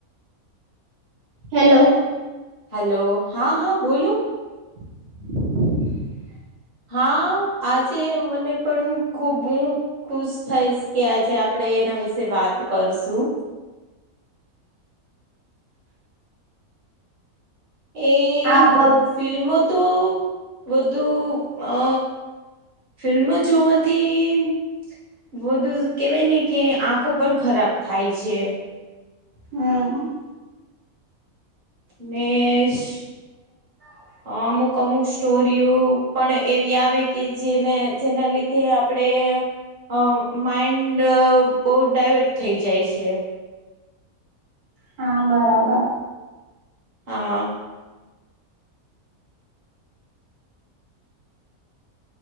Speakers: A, on the right; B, on the right.
A: હેલો
B: હેલો, હા હા બોલો.
A: <inaudible>
B: હા, આજે મને પણ ખુબ ખુશ થઈશ, કે આજે આપડે એના વિશે વાત કરશું. એ,
A: હા બોલ
B: ફિલ્મો તો વધુ અ ફિલ્મો જોવાથી બધુ કેવાય ને કે આંખો પણ ખરાબ થાય છે.
A: હમ્મ
B: નેેશ
A: <inaudible>
B: અમુક અમુક સ્ટોરીઓ પણ એવી આવે, કે જેને જેના લીધ તે આપડે અ માઇન્ડ બહુ ડાયવર્ટ થઈ જાય છે.
A: હા બરાબર.
B: હા